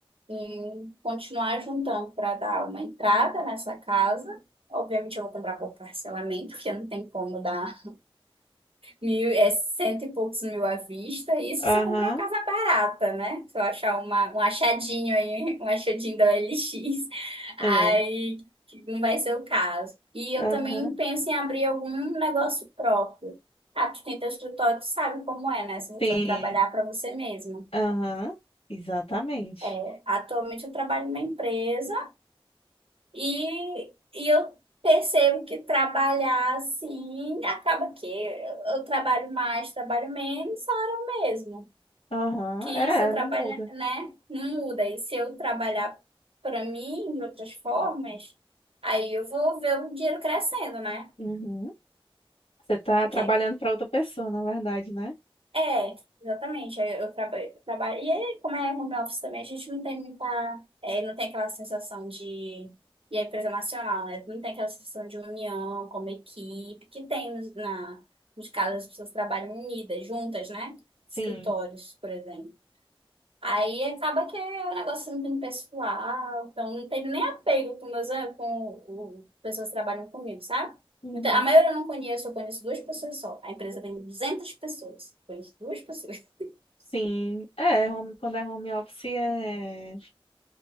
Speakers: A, on the right; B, on the left.
A: em continuar juntando para dar uma entrada nessa casa. Obviamente, eu vou comprar por parcelamento, porque não tem como dar mil, é cento e poucos mil à vista. Isso se
B: aham,
A: eu comprar uma casa barata, né? Se eu achar uma, um achadinho aí, <laughs> um achadinho da O L X, aí
B: é,
A: que não vai ser o caso. E eu
B: aham,
A: também penso em abrir algum negócio próprio. Ah, tu tem teu escritório, tu sabe como é, né? Você precisa
B: sim.
A: trabalhar para você mesmo.
B: Aham, exatamente.
A: É, atualmente eu trabalho numa empresa E, e eu percebo que trabalhar assim acaba que eu, eu trabalho mais, trabalho menos, é hora mesmo.
B: Aham,
A: Que
B: é,
A: se eu trabalhar,
B: não muda.
A: né, não muda. E se eu trabalhar para mim de outras formas, aí eu vou ver o dinheiro crescendo, né?
B: Uhum. Você tá trabalhando
A: Que, é
B: para outra pessoa, na verdade, né?
A: É, exatamente. Eu, eu traba- trabalho. E aí, como é home office também, a gente não tem muita. é, não tem aquela sensação de. E a empresa nacional, né? Não tem aquela sensação de união como equipe, que tem nos- na, nos casos as pessoas trabalham unidas, juntas, né?
B: Sim.
A: Escritórios, por exemplo. Aí acaba que é um negócio assim, muito pessoal, então não tenho nem apego com meus am- com o- pessoas que trabalham comigo, sabe?
B: Uhum.
A: Então, a maioria eu não conheço, eu conheço duas pessoas só. A empresa tem 200 pessoas, eu conheço duas pessoas. <laughs>
B: Sim, é, home- quando é home office é,